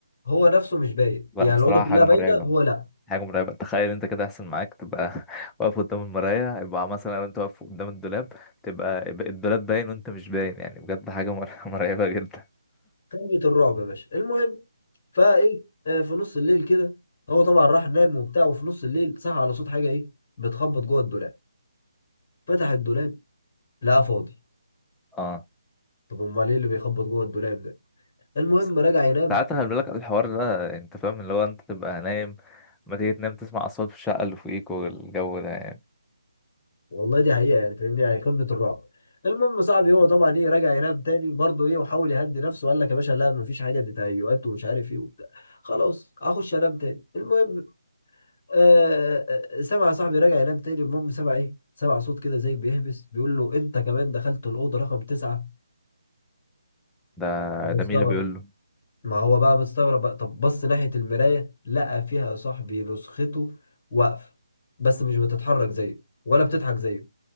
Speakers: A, on the left (about 30°); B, in the centre.
A: هو نفسه مش باين
B: لا
A: يعني
B: بصراحة
A: الاوضه كلها
B: حاجة
A: باينه
B: مرعبة
A: هو لا
B: حاجة مرعبة تخيل انت كده يحصل معاك تبقى <laughs> واقف قدام المراية يبقى مثلا لو انت واقف قدام الدولاب تبقى يبقى الدولاب باين وانت مش باين يعني بجد حاجة مر- <laughs> مرعبة جدا
A: قمه الرعب يا باشا المهم فايه آه، في نص الليل كده هو طبعا راح نام وبتاع وفي نص الليل صحى على صوت حاجه ايه بتخبط جوه الدولاب فتح الدولاب لقاه فاضي
B: اه
A: طب امال ايه اللي بيخبط جوه الدولاب ده المهم
B: بس
A: رجع ينام
B: ساعات خلي بالك الحوار ده انت فاهم اللي هو انت تبقى نايم ما تيجي تنام تسمع اصوات في الشقة اللي فوقيك والجو ده يعني
A: والله دي حقيقه يعني فاهمني يعني قمه الرعب المهم صاحبي هو طبعا ايه رجع ينام تاني برضه ايه وحاول يهدي نفسه وقال لك يا باشا لا مفيش حاجه دي تهيؤات ومش عارف ايه وبتاع خلاص هخش انام تاني المهم آه آه، آه، سمع صاحبي رجع ينام تاني المهم سمع ايه سمع صوت كده زي بيهبس بيقول له انت كمان دخلت الاوضه رقم تسعة
B: ده
A: فمستغرب
B: ده مين اللي بيقول له
A: ما هو بقى مستغرب بقى طب بص ناحية المراية لقى فيها يا صاحبي نسخته واقفة بس مش بتتحرك زيه ولا بتضحك زيه